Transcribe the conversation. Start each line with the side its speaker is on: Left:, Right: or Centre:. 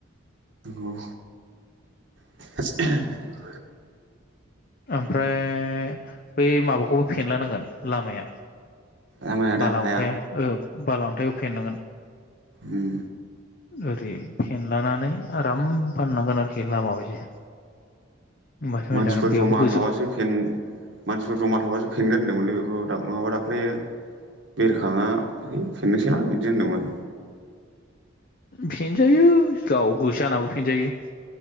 Right: औ <inaudible>
Left: ओमफाय बै माबाखौ फेनला नांगोन लामाया।
Right: आमाइ आदा
Left: बाला
Right: हाया
Left: अन्थाया औ। बाला अन्थाइखौ फेननांगोन
Right: उम
Left: ओरै फेनलानानै आराम फाननांगोन आरोखि लामा बायदि। मास मोजां
Right: मानसिफोर
Left: बेयावबो।
Right: जमा
Left: गोजौ
Right: थाबासो फेन मानसिफोर जमा थाबासो फेगोन। होनदोंमोनलै बेखौ दा नङाबा दाख्लैयो बेरखाङा है फिननोसैलां बिदि होनदोंमोन।
Left: फेनजायो गाव गोसोजाना फेनजायो।